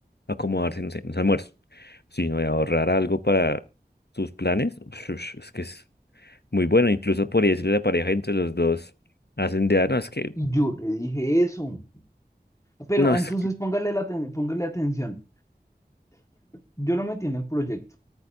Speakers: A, on the left; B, on the left.
A: acomodarse, no sé, en los almuerzos, sino de ahorrar algo para sus planes, <laughs> es que es muy bueno. Incluso por decirle a la pareja entre los dos, hacen de, "Ah, no, es que,
B: Y yo le dije eso. Pero
A: no,
B: entonces
A: es que,
B: póngale, la aten- póngale atención. Yo lo metí en el proyecto.